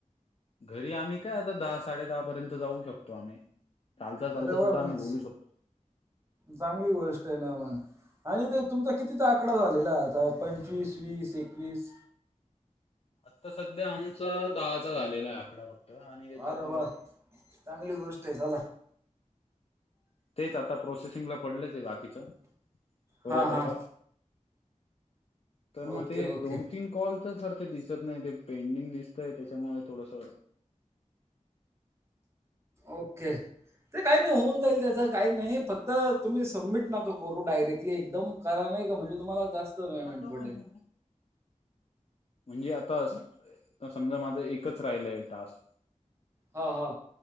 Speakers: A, on the left (about 50°); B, on the right (about 20°).
A: घरी आम्ही काय आता दहा साडे दहा पर्यंत जाऊ शकतो आम्ही. चालता चालता
B: अरे
A: सुद्धा
B: वा
A: आम्ही
B: मस्त.
A: बोलू शकतो.
B: चांगली गोष्ट आहे ना मग. आणि ते तुमचा कितीचा आकडा झालेला आता पंचवीस, वीस, एकवीस.
A: आता सध्या आमचा दहाचा झालेला आहे आकडा फक्त आणि त्याच्यात
B: अरे वा चांगली गोष्ट आहे चला.
A: तेच आता प्रोसेसिंगला पडलंच आहे बाकीच परत
B: हां हां
A: आता तर मग
B: ओके
A: ते
B: ओके
A: दोन तीन कॉलच ते दिसत नाही ते पेंडिंग दिसतय त्याच्यामुळे थोडस
B: ओके. ते काही नाही होऊन जाईल त्याचं काही नाही फक्त तुम्ही सबमिट नका करू डायरेक्टली एकदम. करा नाही का म्हणजे तुम्हाला जास्त पेमेंट
A: ह तो
B: पडेल
A: महिना म्हणजे आता समजा माझ एकच राहिलय टास्क.
B: हा हा